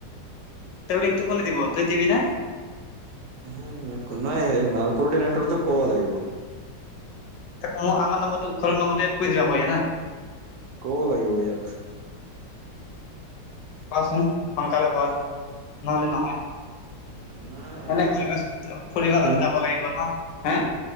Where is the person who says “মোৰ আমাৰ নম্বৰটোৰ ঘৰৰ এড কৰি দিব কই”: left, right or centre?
Left